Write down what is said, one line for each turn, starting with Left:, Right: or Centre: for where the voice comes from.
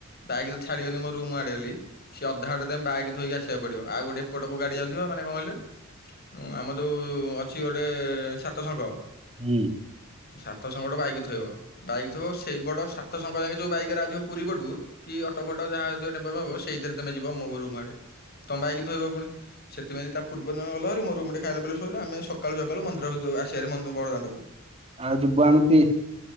Left: ବାଇକ୍ ତ ଛାଡିବନି ମୋ ରୁମ୍ ଆଡେଗଲି। ସିଏ ଅଧା ଆଟେ ଦ ବାଇ ଧୋଇକି ଆସିବାକୁ ପଡିବ। ଆଉ ଗୋଟେ ଏପଟକୁ ଗାଡି ଯାଉଥିବା ମାନେ କଣହିଲେ ଆମ ଯୋଉ ଅଛି ଗୋଟେ ସାତ ଶଙ୍ଗ।
Right: ହୁଁ।
Left: ସାତ ସଂଙ୍ଗଟ ବାଇକି ଥୋଇବ। ବାଇକ୍ ଥିବ ସେଇ ବଡ ସାତ ସଂଙ୍ଗା ଯାଏକେ ଯୋଉ ବାଇକରେ ଆଥିବ ପୁରୀ ପଟୁ କି ଅଟୋ ଫଟ ଯାହା ତ ଟେମ୍ପୁ ଫେମ୍ପୁ ସେଇଥିରେ ତମେ ଯିବ ମୋ ରୁମ୍ ଆଡେ। ତମ ବାଇକି ଥୋଇବ ପୁଣି ସେଥିପାଇଁ ତା ପୂର୍ବ ଦିନ ଗଲ ହାରି ମୋର ଗୋଟେ ଖାଇଲା ପିଲଲେ ଶୋଇୁ ଆମେ ସକାଳୁ ସକାଳୁ ମନ୍ଦିର ଭିତରକୁ ଆସିବାରି ବଡ଼ଦାଣ୍ଡକୁ।
Right: ଆଉ ଯିବୁ ଏମିତି